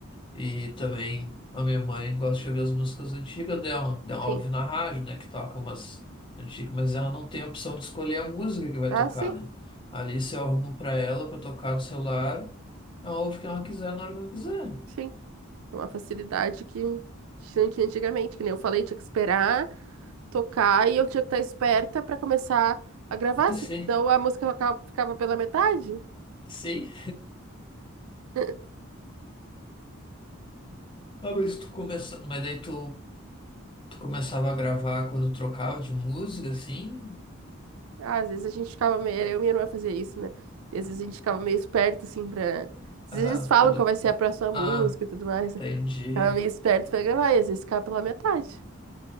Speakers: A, on the left; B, on the right.
A: E também a minha mãe gosta de ouvir as músicas antigas dela. Ela
B: Sim.
A: ouve na rádio, né? Que toca umas antigas, mas ela não tem a opção de escolher a música que vai
B: Ah,
A: tocar,
B: sim,
A: né? Ali se eu arrumo pra ela pra tocar no celular, ela ouve o que ela quiser na hora que ela quiser.
B: sim. É uma facilidade que tinha que antigamente, que nem eu falei, tinha que esperar tocar e eu tinha que estar esperta pra começar a gravar,
A: <laughs>
B: senão
A: Sim,
B: a música ficava ficava pela metade.
A: sim.
B: <laughs>
A: Ah, mas tu começa... Mas daí tu, tu começava a gravar quando trocava de música, assim?
B: Ah, Às vezes a gente ficava meio. era Eu e minha irmã fazia isso, né? E às vezes a gente ficava meio esperto, assim, pra. Às
A: Ah,
B: vezes eles falam
A: quando...
B: qual vai ser a próxima música
A: Ah,
B: e tudo mais.
A: entendi.
B: né? Ficava meio esperto pra gravar, e às vezes ficava pela metade.